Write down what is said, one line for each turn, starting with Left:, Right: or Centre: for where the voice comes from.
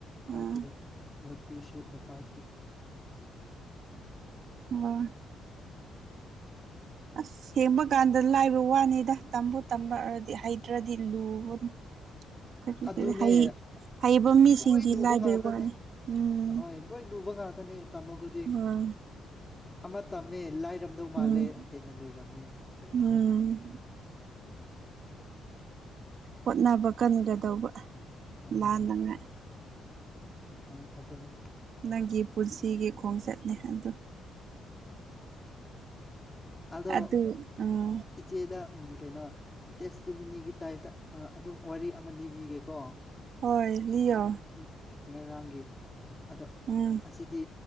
Left: ꯀꯥꯏꯗꯦꯕ
Right: ꯑꯥ
Left: ꯅꯨꯄꯤꯁꯨ ꯅꯨꯄꯥꯁꯨ
Right: ꯋꯥ ꯑꯁ ꯁꯦꯡꯕ ꯀꯥꯟꯗ ꯂꯥꯏꯕ ꯋꯥꯅꯤꯗ ꯇꯝꯕꯨ ꯇꯝꯕꯗꯤ ꯍꯩꯇ꯭ꯔꯗꯤ ꯂꯨꯕ ꯀꯔꯤ
Left: ꯑꯗꯨꯅꯦ
Right: ꯀꯔꯤ ꯍꯩꯕ ꯃꯤꯁꯤꯡꯗꯤ
Left: ꯂꯣꯏ ꯂꯨꯕ
Right: ꯂꯥꯏꯕꯩ
Left: ꯉꯥꯛꯇꯅꯦ
Right: ꯋꯥꯅꯤ ꯎꯝ
Left: ꯑꯍꯣꯏ ꯂꯣꯏ ꯂꯨꯕ ꯉꯥꯛꯇꯅꯦ ꯇꯝꯃꯣꯕꯨꯗꯤ
Right: ꯍꯣꯏ
Left: ꯑꯃ ꯇꯝꯃꯦ ꯂꯥꯏꯔꯝꯗꯧ ꯃꯥꯜꯂꯦ
Right: ꯎꯝ
Left: ꯍꯦꯟꯅ ꯂꯨꯔꯝꯃꯦ ꯑꯗꯨꯝ
Right: ꯎꯝ
Left: ꯇꯧꯏ
Right: ꯍꯣꯠꯅꯕ ꯀꯟꯒꯗꯧꯕ
Left: ꯍꯣꯏ
Right: ꯂꯥꯟꯅꯉꯥꯏ
Left: ꯎꯝ ꯑꯗꯨꯟꯅ
Right: ꯅꯪꯒꯤ ꯄꯨꯟꯁꯤꯒꯤ ꯈꯣꯡꯆꯠꯅꯤ ꯑꯗꯨ
Left: ꯑꯗꯣ
Right: ꯑꯗꯨ ꯎꯝ
Left: ꯏꯆꯦꯗ ꯀꯩꯅꯣ ꯇꯦꯁꯇꯨꯃꯤꯅꯤꯒꯤ ꯇꯥꯏꯞꯇ ꯑꯗꯨꯝ ꯋꯥꯔꯤ ꯑꯃ ꯂꯤꯕꯤꯒꯦꯀꯣ
Right: ꯍꯣꯏ ꯂꯤꯌꯣ
Left: ꯎ ꯉꯦꯔꯥꯡꯒꯤ ꯑꯗꯣ
Right: ꯎꯝ
Left: ꯑꯁꯤꯗꯤ